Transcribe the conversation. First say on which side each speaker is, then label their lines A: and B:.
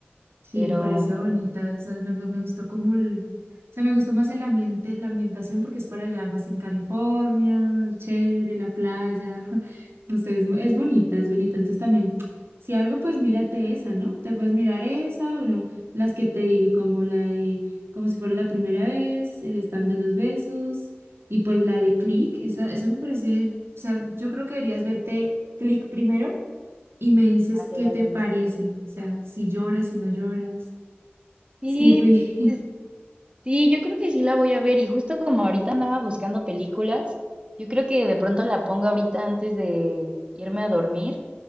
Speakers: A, on the right; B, on the right.
A: Sí,
B: Pero
A: me pareció bonita, o sea, me, gu- me gustó como el, o sea, me gustó más el ambiente, la ambientación porque es para allá, pues en California, chévere, la playa, <laughs> no sé, es, es bonita, es bonita, entonces también, si algo, pues mírate esa, ¿no? Te puedes mirar esa, bueno, las que te dije, como la de, como si fuera la primera vez, el stand de los besos, y pues la de Click, esa, eso me parece, o sea, yo creo que deberías verte Click primero y me dices
B: vale,
A: qué
B: vale.
A: te parece, o sea, si lloras, si no lloras,
B: sí,
A: si fui,
B: pues sí, yo creo que sí la voy a ver. Y justo como ahorita andaba buscando películas, yo creo que de pronto la pongo ahorita antes de irme a dormir.